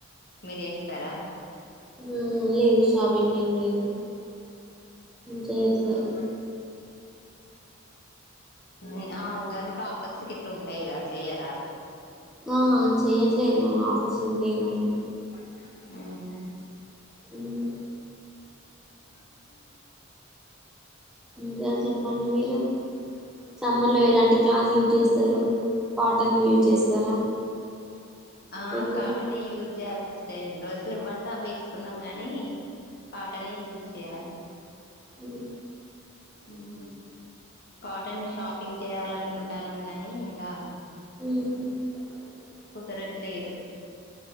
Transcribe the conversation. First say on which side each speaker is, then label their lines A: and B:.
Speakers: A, on the left; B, in the centre.
A: మీరు చే
B: నువ్వు ఏం జు షాపింగ్ ఏం లేదు చేయట్లే
A: ఆహా హ్ ఆ ఉగాదికి ఆఫర్స్ గిట్లా ఉంటాయి గా చెయ్యారా
B: హ్ చేయ్యట్లే ఏమన్న ఆఫర్స్ ఉంటాయి. గానీ
A: హ్ హ్ అ
B: ఉమ్,
A: అ అ ఎలా అనంద
B: ఇంకా చెప్పండి మీరు సమ్మర్ లో ఎలాంటి క్లాత్ యూజ్ చేస్తారు కాటన్ యూజ్ చేస్తారా
A: ఆ
B: ఎక్కువ
A: కాటనే యూస్ జెయాలి చూస్తే ఇన్ని రోజులు ఏవ్వంటే ఆవ్వీ ఏసుకున్నాం గాని కాటనే యూజ్ జెయాలి.
B: ఉహు
A: హ్ కాటన్ షాపింగ్ చేయాలనుకుంటాన్నాం గాని ఇగా
B: హ్
A: కుదరట్లేదు.